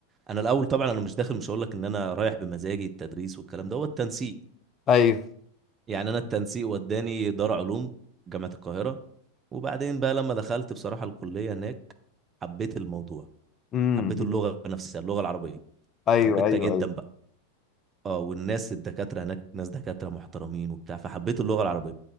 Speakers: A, on the right (about 20°); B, on the left (about 30°).
A: انا الاول طبعا انا مش داخل مش هقول لك ان انا رايح بمزاجي التدريس والكلام ده هو التنسيق
B: ايوه
A: يعني انا التنسيق وداني دار علوم جامعه القاهره وبعدين بقى لما دخلت بصراحه الكليه هناك حبيت الموضوع
B: امم
A: حبيت اللغه نفسها اللغه العربيه
B: ايوه
A: حبيتها
B: ايوه
A: جدا
B: ايوه
A: اه والناس الدكاترة هناك ناس دكاترة محترمين وبتاع فحبيت اللغة العربية